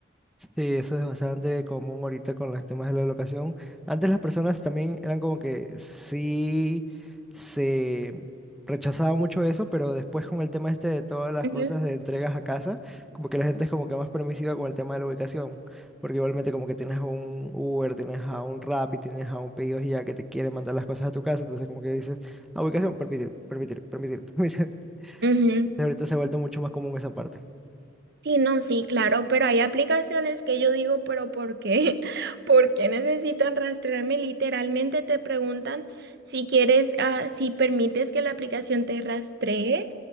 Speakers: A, in the centre; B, on the right.
A: Sí, eso es bastante común ahorita con los temas de la locación. Antes las personas también eran como que sí se rechazaba mucho eso, pero después con el tema este de todas las
B: Ujú.
A: cosas de entregas a casa, como que la gente es como que más permisiva con el tema de la ubicación, porque igualmente como que tienes un Uber, tienes a un Rappi, tienes a un Pedidos Ya que te quiere mandar las cosas a tu casa, entonces como que dices, ah, ubicación, permitir, permitir, permitir, <laughs> permitir.
B: Ujú.
A: Ahorita se ha vuelto mucho más común esa parte.
B: Sí, no, sí, claro, pero hay aplicaciones que yo digo, pero ¿por qué? <laughs> ¿Por qué necesitan rastrearme? Literalmente te preguntan si quieres, ah, si permites que la aplicación te rastree